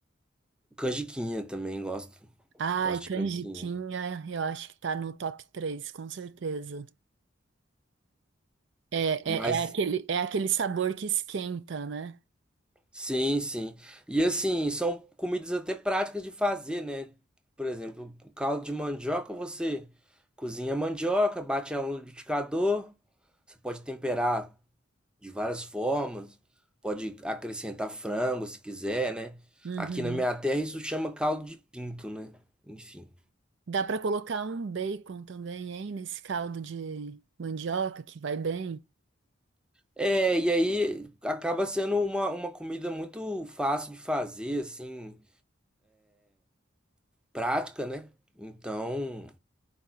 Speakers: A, in the centre; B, on the right (about 60°).
A: canjiquinha também gosto,
B: Ai,
A: gosto de
B: canjiquinha,
A: canjiquinha.
B: eu acho que tá no top 3, com certeza. É,
A: Mas
B: é, é aquele, é aquele sabor que esquenta, né?
A: Sim, sim. E assim, são comidas até práticas de fazer, né? Por exemplo, o caldo de mandioca, você cozinha a mandioca, bate ela no liquidificador, você pode temperar de várias formas, pode acrescentar frango se quiser, né?
B: Uhum.
A: Aqui na minha terra isso chama caldo de pinto, né? Enfim.
B: Dá pra colocar um bacon também, hein, nesse caldo de mandioca que vai bem.
A: É, e aí acaba sendo uma, uma comida muito fácil de fazer, assim, prática, né? Então.